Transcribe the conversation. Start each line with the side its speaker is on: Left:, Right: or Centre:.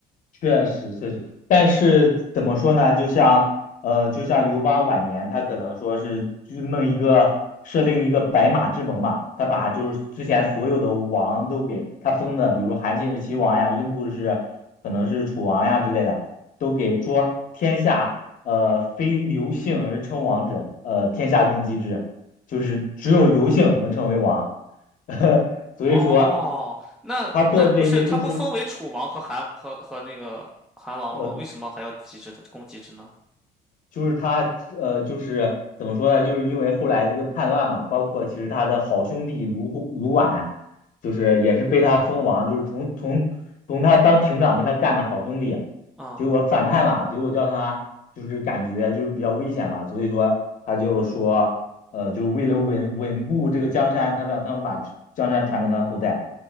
Left: 确实确实，但是怎么说呢？就像呃，就像刘邦晚年，他可能说是就弄一个设定一个白马之盟嘛，他把就是之前所有的王都给他封的，比如韩信是秦王呀，英布是可能是楚王呀之类的，都给说天下呃非刘姓而称王者，呃天下共击之，就是只有刘姓能成为王，<laughs> 所以说
Centre: 哦，那那不是他不封为楚王和韩和和那个韩王了吗？
Left: 他做这些就是呃
Centre: 为什么还要机制的攻集制呢？
Left: 就是他呃，就是怎么说呢？就是因为后来这个叛乱嘛，包括其实他的好兄弟卢虎卢绾，就是也是被他封王，就是从从从他当亭长跟他干的好兄弟，
Centre: 嗯，
Left: 结果反叛了，结果叫他就是感觉就是比较危险嘛，所以说他就说呃，就是为了稳稳固这个江山，他让他们把江山传给他的后代，